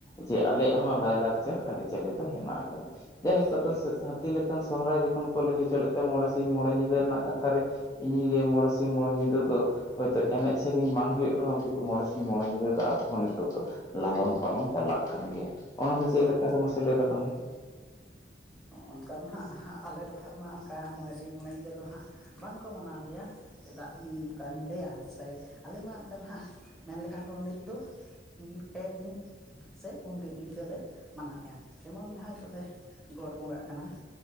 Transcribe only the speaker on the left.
ᱡᱮ ᱟᱞᱮᱭᱟᱜ ᱦᱚᱸ ᱞᱟᱭ ᱞᱟᱠᱪᱟᱨ ᱟᱹᱨᱤᱪᱟᱹᱞᱤ ᱫᱚ ᱦᱮᱱᱟᱜ ᱟᱠᱟᱫᱟ ᱡᱟᱭᱦᱳᱠ ᱟᱫᱚ
ᱦᱟᱹᱛᱤ ᱞᱮᱠᱟᱱ ᱥᱚᱦᱨᱟᱭ ᱡᱚᱠᱷᱚᱱ ᱠᱚ ᱞᱟᱹᱭ ᱦᱚᱪᱚ ᱞᱮᱫ ᱛᱮ ᱢᱚᱬᱮ ᱥᱤᱧ ᱢᱚᱬᱮ ᱧᱤᱫᱟᱹ ᱨᱮᱱᱟᱜ ᱠᱟᱛᱷᱟ ᱨᱮ ᱤᱧᱤᱧ ᱞᱟᱹᱭᱟ ᱢᱚᱬᱮ ᱥᱤᱧ ᱢᱚᱬᱮ ᱧᱤᱫᱟᱹ ᱫᱚ ᱦᱚᱭᱛᱚ ᱮᱱᱮᱡ ᱥᱮᱨᱮᱧ ᱵᱟᱝ ᱦᱩᱭᱩᱜ ᱨᱮᱦᱚᱸ ᱠᱤᱱᱛᱩ ᱢᱚᱬᱮ ᱥᱤᱧ ᱢᱚᱬᱮ ᱧᱤᱫᱟᱹ ᱫᱚ ᱟᱵᱚ ᱦᱚᱸ ᱱᱤᱛᱚᱜ ᱫᱚ ᱞᱟᱞᱚᱱ ᱯᱟᱞᱚᱱ ᱪᱟᱞᱟᱜ ᱠᱟᱱ ᱜᱮᱭᱟ ᱚᱱᱟ ᱫᱚ ᱪᱮᱫ
ᱞᱮᱠᱟ ᱨᱮ ᱢᱟᱥᱮ ᱞᱟᱹᱭ ᱛᱟᱞᱟᱝ ᱢᱮ